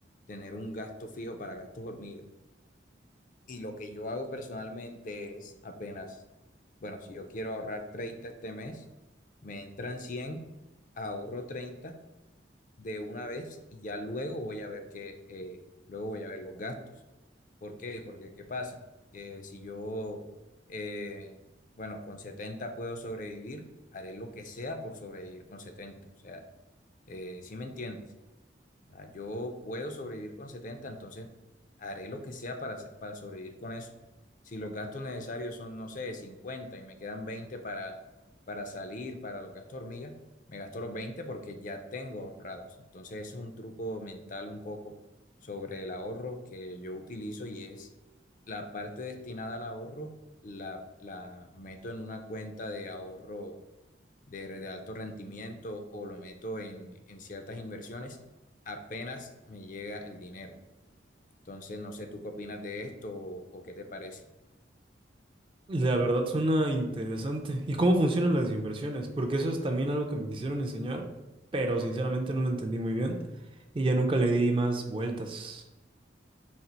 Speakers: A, on the left; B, on the right.
A: tener un gasto fijo para gastos hormiga. Y lo que yo hago personalmente es apenas, bueno, si yo quiero ahorrar 30 este mes, me entran 100, ahorro 30 de una vez y ya luego voy a ver que, eh, luego voy a ver los gastos. ¿Por qué? Porque, ¿qué pasa? Que si yo, eh, bueno, con 70 puedo sobrevivir, haré lo que sea por sobrevivir con setenta, O sea, eh, sí me entiendes? Ah, Yo puedo sobrevivir con 70, entonces haré lo que sea para, se- para sobrevivir con eso. Si los gastos necesarios son, no sé, 50 y me quedan 20 para, para salir, para los gastos hormigas, me gasto los 20 porque ya tengo ahorrados. Entonces ese es un truco mental un poco sobre el ahorro que yo utilizo y es la parte destinada al ahorro, la, la meto en una cuenta de ahorro de, de alto rendimiento o lo meto en, en ciertas inversiones, apenas me llega el dinero. Entonces, no sé tú qué opinas de esto o, o qué te parece.
B: La verdad suena interesante. ¿Y cómo funcionan las inversiones? Porque eso es también algo que me quisieron enseñar, pero sinceramente no lo entendí muy bien y ya nunca le di más vueltas.